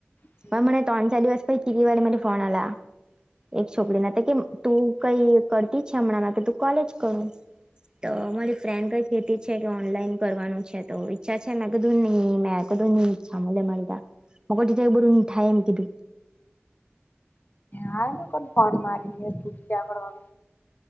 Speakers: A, on the left (about 45°); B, on the right (about 20°).
A: નથી
B: હ મને ત્રણ ચાર દિવસ પૈકીીી વાલે મ ફોન આલા એક છોકરી ના કે તું કઈ કરતી જ છે હમણાં કે તું કોલેજ કરું. તો અમારી ફ્રેન્ડ કઈ ખેતી છે કે ઓનલાઈન કરવાનું છે તો છે છેમેં કધો નની મેં કધો ની ચ્છા મળ મળરીતા મગર ત્યા એ બ રુંઊ થાય એમકીટું
A: હા કો ફ મારીકડવાનું